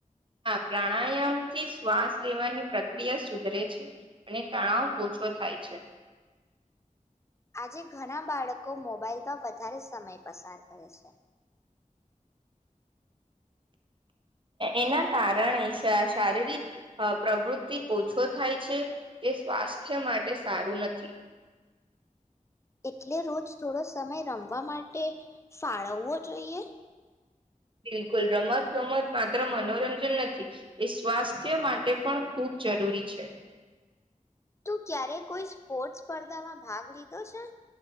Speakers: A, on the right; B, on the left.
A: હા પ્રાણાયામથી શ્વાસ લેવાની પ્રક્રિયા સુધરે છે અને તણાવ ઓછો થાય છે.
B: આજે ઘણા બાળકો મોબાાઈલમાં વધારે સમય પસાર કરે છે.
A: એના કારણે શારીરિક પ્રવૃત્તિ ઓછો થાય છે તે સ્વાસ્થ્ય માટે સારું નથી.
B: એટલે રોજ થોડો સમય રમવા માટે ફાળવવો જોઈએ.
A: બિલકુલ રમત ગમત માત્ર મનોરંજન નથી એ સ્વાસ્થ્ય માટે પણ ખૂબ જરૂરી છે.
B: તું ક્યારે કોઈ સ્પોર્ટસ સ્પર્ધામાં ભાગ લીધો છે.